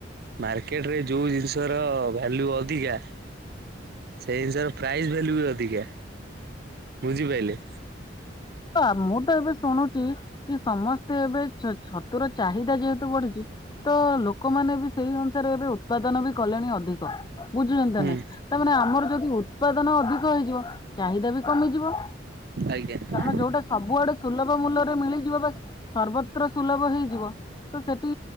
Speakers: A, on the right; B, on the left.
A: ମାର୍କେଟରେ ଯୋଉ ଜିନିଷ ର ଭ୍ୟାଲୁ ଅଧିକା। ସେଇ ଜିନିଷର ପ୍ରାଇସ୍ ଭାଲ୍ୟୁ ବି ଅଧିକା ବୁଝିପାରିଲେ।
B: ତ ମୁଁ ତ ଏବେ ଶୁଣୁଛି। କି ସମସ୍ତେ ଏବେ ଛ ଛତୁର ଚାହିଦା ଯେହେତୁ ବଢିଛି ତ ଲୋକମାନେ। ସେଇ ଅନୁସାରେ ଏବେ ଉତ୍ପାଦନ ବି କଲେଣି ଅଧିକ ବୁଝୁଛନ୍ତି
A: ହୁଁ
B: ନ ନାଇ। ତା ମାନେ ଆମର ଯଦି ଉତ୍ପାଦନ ଅଧିକ ହେଇଯିବ ଚାହିଦା ବି କମିଯିବ।
A: ଆଜ୍ଞା।
B: ହଁ ଯୋଉଟା ସବୁଆଡେ ସୁଲଭ ମୂଲ୍ୟରେ ମିଳିଯିବ ବା ସର୍ବତ୍ର ସୁଲଭ ହେଇଯିବ ତ ସେଠି